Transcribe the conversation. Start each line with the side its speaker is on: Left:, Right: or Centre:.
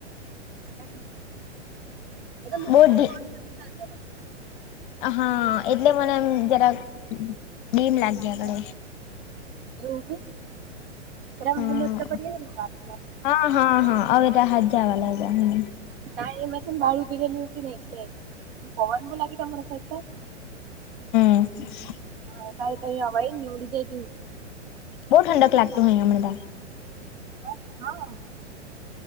Right: હ, એ તો મને
Left: બહુ
Right: તારો
Left: ધી
Right: વોટ નથી ચાલતો.
Left: હા, એટલે મને એમ જરાક ડીમ લાગ્યા
Right: હતા
Left: કરે.
Right: એવું કે? બધા
Left: હમ
Right: મોહમ્મદ તો કરે આત્મા
Left: હા હા હા. હવે, તો હાજા આવા લાગ્યા હમ.
Right: ના એમાં છું બાહર ઉભી રહેલી હતી ને એટલે, પવાન બો લાગી ગયો અમારા સાઈડ પર. <inaudible>
Left: <unintelligible>
Right: હા તઈ તા આવાય જની ઊડી જાય તેવું.
Left: બહુ ઠંક લાગતું હોય હમણે ત્યાં.
Right: એ હા.